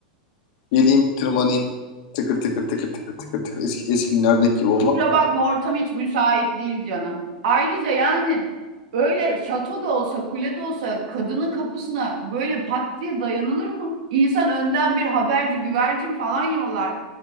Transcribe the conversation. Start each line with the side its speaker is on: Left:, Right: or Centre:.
Left: Geleyim tırmanayım. Tıkır tıkır tıkır tıkır tıkır tıkır eski, eski günlerdeki gibi olmaz
Right: Kusura
Left: mı?
Right: bakma ortam hiç müsait değil canım. Ayrıca yani öyle şato da olsa kule de olsa kadının kapısına böyle pat diye dayanılır mı? İnsan önden bir haberci güvercin falan yollar.